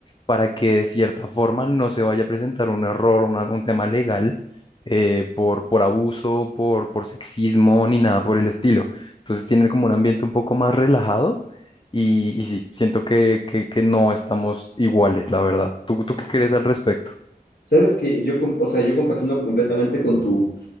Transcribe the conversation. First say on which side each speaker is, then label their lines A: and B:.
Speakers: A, on the left (about 30°); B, on the left (about 70°).
A: para que de cierta forma no se vaya a presentar un error, una- un tema legal eh, por, por abuso, por, por sexismo, ni nada por el estilo. Entonces tienen como un ambiente un poco más relajado y, y sí, siento que, que, que no estamos iguales, la verdad. ¿Tú, tú qué crees al respecto
B: Sabes que yo, com- o sea, yo compagino completamente con tu